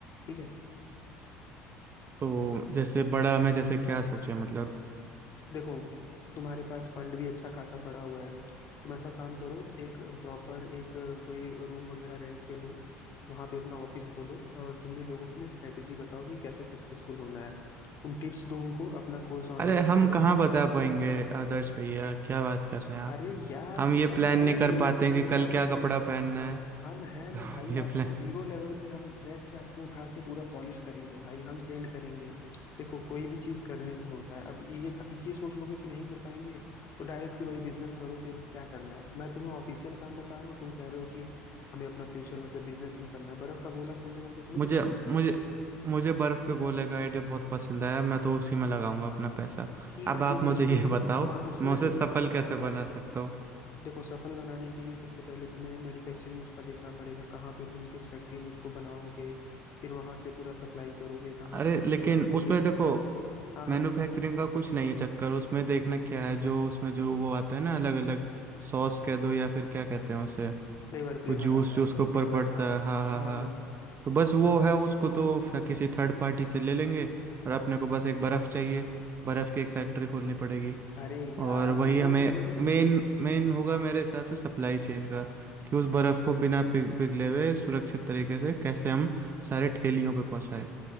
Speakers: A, on the left; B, on the right.
A: ठीक है
B: तो जैसे बड़ा हमें जैसे क्या सोचे मतलब
A: देखो तुम्हारे पास फंड भी अच्छा खासा पड़ा हुआ है तुम ऐसा काम करो एक प्रॉपर एक कोई रूम वगैरह रेंट पे लो वहां पे अपना ऑफिस खोलो और तुम भी लोगों को ना स्ट्रेटेजी बताओ कि कैसे सक्सेसफुल होना है तुम टिप्स दो उनको अपना कोर्स ऑनलाइन
B: अरे हम
A: पूरा
B: कहाँ बता पाएंगे आदर्श भैया क्या बात कर रहे हैं आप
A: अरे यार
B: हम ये
A: हम
B: प्लान
A: हैं
B: नहीं कर
A: मेरे
B: पाते
A: भाई
B: हैं कि कल
A: हम
B: क्या
A: हैं
B: कपड़ा पहनना
A: हम हैं ना
B: है
A: भाई
B: <laughs> ये
A: आपको
B: प्लान
A: जीरो लेवल से हम स्क्रैच से आपको उठा के पूरा पॉलिश करेंगे भाई हम ट्रेंड करेंगे देखो कोई भी चीज करने से होता है अब ये था, ये सोच लोगे कि नहीं कर पाएंगे तो डायरेक्ट फिर वही बिजनेस करो फिर क्या करना है मैं तुम्हें ऑफिशियल काम बता रहा हूँ तुम कह रहे हो कि हमें अपना फ्यूचर मतलब बिजनेस में करना है बर्फ का गोला खोलने का मतलब समझ
B: मुझे
A: रहे हो
B: मुझे मुझे बर्फ के गोले का आइडिया बहुत पसंद आया मैं तो उसी में लगाऊंगा अपना पैसा
A: ठीक
B: अब
A: है
B: आप
A: ठीक है
B: मुझे
A: उसमें
B: ये
A: भी
B: बताओ
A: हाँ उसमें
B: मैं उसे
A: भी मैं
B: सफल
A: सपोर्ट
B: कैसे
A: करूंगा
B: बना सकता हूँ
A: देखो सफल बनाने के लिए सबसे पहले तुम्हें मैन्युफैक्चरिंग उसका देखना पड़ेगा कहाँ पे तुम किस फैक्ट्री में उसको बनाओगे फिर वहां से पूरा सप्लाई करोगे कहाँ
B: अरे
A: कहाँ
B: लेकिन
A: छोटे मोटे
B: उसमें देखो
A: हाँ
B: मैन्युफैक्चरिंग
A: हाँ
B: का कुछ नहीं है चक्कर उसमें देखना क्या है जो उसमें जो वो आता है ना अलग अलग सॉस कह दो या फिर क्या कहते हैं उसे
A: फ्लेवर फ्लेवर
B: वो जूस
A: आता
B: जो
A: है
B: उसके
A: फ्लेवर
B: ऊपर पड़ता
A: हाँ
B: है हाँ हाँ
A: हाँ
B: हाँ
A: हाँ
B: तो बस वो है उसको तो फ- किसी थर्ड पार्टी से ले लेंगे और अपने को बस एक बर्फ़ चाहिए बर्फ़ की एक फैक्ट्री खोलनी पड़ेगी
A: अरे
B: और
A: यार
B: वही
A: वो
B: हमें
A: समझ रहे
B: मेन
A: हो तुम
B: मेन होगा मेरे हिसाब से सप्लाई चेन का कि उस बर्फ़ को बिना पिघ- पिघले हुए सुरक्षित तरीके से कैसे हम सारे ठेलियों पे पहुंचाएं